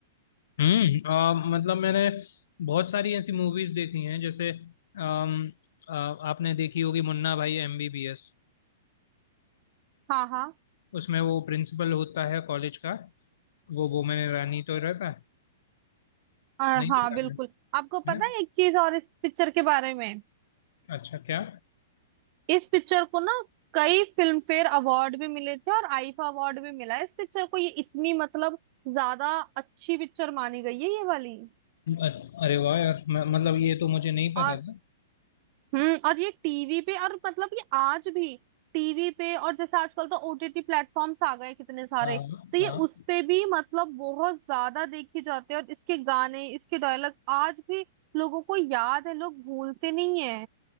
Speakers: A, on the left; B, on the right.
A: हम्म आ, मतलब मैंने बहुत सारी ऐसी मूवीज देखी हैं जैसे अम, आ, आपने देखी होगी मुन्ना भाई एमबीबीएस
B: हाँ हाँ
A: उसमें वो प्रिंसिपल होता है कॉलेज का वो बोमन ईरानी तो रहता है
B: आ,
A: नहीं
B: हाँ
A: देखा
B: बिल्कुल
A: है है
B: आपको पता
A: ना
B: है एक चीज और इस पिक्चर के बारे में
A: अच्छा क्या
B: इस पिक्चर को ना कई फिल्म फेयर अवार्ड भी मिले थे और आईफा अवार्ड भी मिला है इस पिक्चर को ये इतनी मतलब ज्यादा अच्छी पिक्चर मानी गई है ये वाली
A: अ- अरे वाह यार म- मतलब ये तो मुझे नहीं पता
B: और
A: था
B: हम्म और ये टीवी पे और मतलब ये आज भी टीवी पे और जैसे आजकल तो ओटीटी प्लेटफॉर्म्स आ गए हैं कितने सारे
A: हाँ
B: तो ये
A: हाँ
B: उस पे भी मतलब बहुत ज्यादा देखी जाती है और इसके गाने इसके डायलॉग आज भी लोगों को याद है लोग भूलते नहीं है